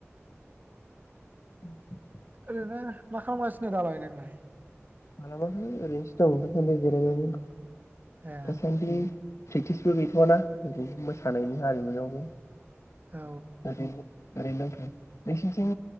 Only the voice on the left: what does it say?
<inaudible>
खालामाखै ओरैनोसो दं दासान्दि जिरायनानै
दासानदि प्रेक्टिसबो गैथ'वा ना ओरैनो मोसानायनि हारिमुनावबो
<unintelligible> <inaudible> नोंसोरनिथिं